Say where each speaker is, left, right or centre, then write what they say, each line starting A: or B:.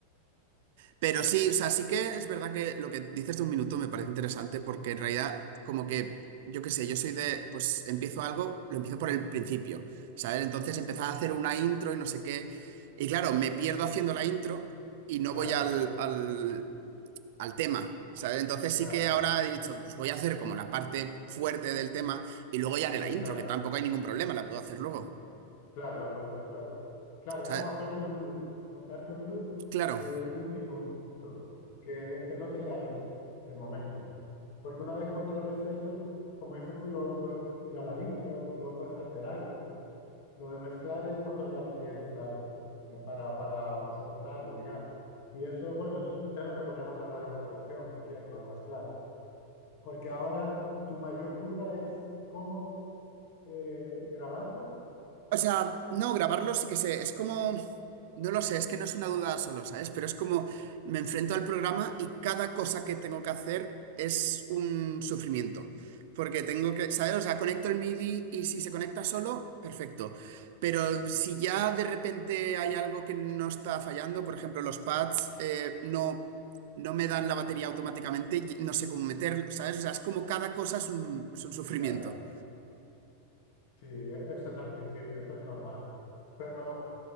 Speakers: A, on the right; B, on the left.
A: Pero sí, o sea, sí que es verdad que lo que dices de un minuto me parece interesante porque en realidad como que, yo qué sé, yo soy de, pues empiezo algo, lo empiezo por el principio, ¿sabes? Entonces empezaba a hacer una intro y no sé qué. Y claro, me pierdo haciendo la intro y no
B: claro,
A: voy al, al, al tema, ¿sabes? Entonces
B: claro,
A: sí que ahora he dicho, pues voy a hacer como la parte fuerte del tema y luego ya haré la
B: exacto,
A: intro, que tampoco hay ningún problema, la puedo hacer luego.
B: claro, la puedes hacer luego. Claro,
A: O
B: es
A: sea,
B: como hacerte un loop, montarte un loop
A: claro,
B: de, de un minuto, que, que no tenga intro, de momento. Porque una vez controles eso, como dices tú, luego puedes ir a la intro, luego puedes alterarlo. Lo de mezclar es cuando ya lo tienes, claro, eh, para, para exportarlo, digamos. Y eso, bueno, eso es un tema que podríamos hablar en otra ocasión, si quieres, lo de mezclar. Porque ahora tu mayor duda es cómo eh, grabarlo.
A: O sea, no, grabarlo sí que sé, es como, no lo sé, es que no es una duda solo, ¿sabes? Pero es como me enfrento al programa y cada cosa que tengo que hacer es un sufrimiento. Porque tengo que, ¿sabes? O sea, conecto el MIDI y si se conecta solo, perfecto. Pero si ya de repente hay algo que no está fallando, por ejemplo, los pads eh, no, no me dan la batería automáticamente, y no sé cómo meterlo, ¿sabes? O sea, es como cada cosa es un, es un sufrimiento.
B: Claro, sí, e- eso es al principio, eso es normal. Pero